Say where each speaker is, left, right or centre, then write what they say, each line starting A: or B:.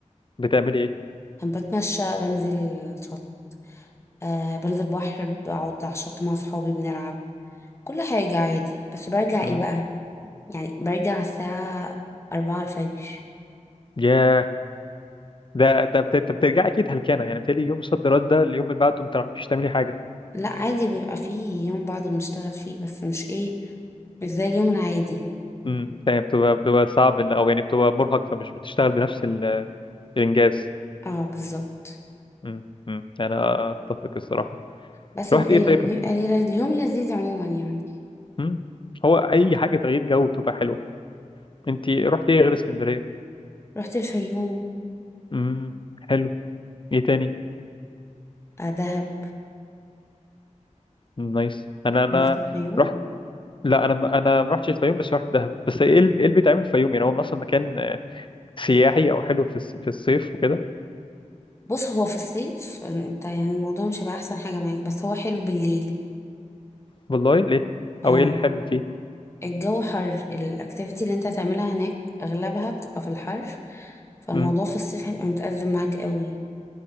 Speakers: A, on the left; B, on the left.
A: بتعملي ايه
B: أنا بتمشى بنزل شط آه بنزل بحر بقعد على الشط مع صحابي بنلعب كل حاجة عادي بس برجع
A: مم.
B: ايه بقى يعني برجع على الساعة أربعة الفجر
A: ياه ده ده بت... انت بترجعي اكيد هلكانة يعني بتهيألي يوم الصد رد ده اليوم اللي بعده ما بتعرفيش تعملي حاجة
B: لا عادي بيبقى فيه يوم بعض بنشتغل فيه بس مش ايه مش زي اليوم العادي
A: مم. يعني بتبقى بتبقى صعب إن- او يعني بتبقى مرهق فمش بتشتغل بنفس ال... الانجاز
B: اه بالظبط
A: مم. مم. يعني أنا اتفق الصراحة
B: بس
A: رحت
B: بيبقى,
A: ايه طيب
B: بيبقى لي- اليوم لذيذ عموما يعني
A: مم. هو اي حاجة تغيير جو بتبقى حلوة انت رحت ايه غير اسكندرية
B: رحت الفيوم
A: مم. حلو ايه تاني
B: آه دهب
A: نايس انا انا
B: رحت الفيوم
A: رحت لا انا ما- انا ما رحتش الفيوم بس رحت دهب بس ايه اللي إيه اللي بيتعمل في الفيوم يعني هو اصلا مكان آه، سياحي او حلو في الص- في الصيف وكده
B: بص هو في الصيف انت يعني الموضوع مش هيبقى احسن حاجة معاك بس هو حلو بالليل
A: والله ليه
B: اه
A: او ايه الحلو اللي فيه
B: الجو حر الاكتيفيتي اللي انت هتعملها هناك اغلبها بتبقى في الحر فالموضوع
A: امم
B: في الصيف هيبقى متأزم معاك قوي